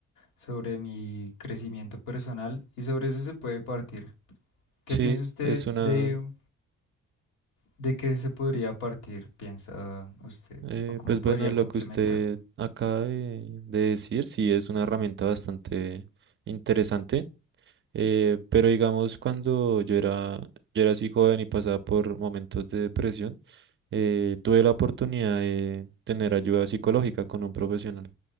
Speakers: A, on the left; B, on the right.
A: sobre mi crecimiento personal? Y sobre eso se puede partir. ¿Qué
B: Sí,
A: piensa usted
B: es una
A: de, de qué se podría partir, piensa usted?
B: Eh,
A: ¿O cómo
B: pues
A: podría
B: bueno, lo
A: complementar?
B: que usted acaba de, de decir, sí es una herramienta bastante interesante, eh, pero digamos cuando yo era, yo era así joven y pasaba por momentos de depresión, eh, tuve la oportunidad de tener ayuda psicológica con un profesional.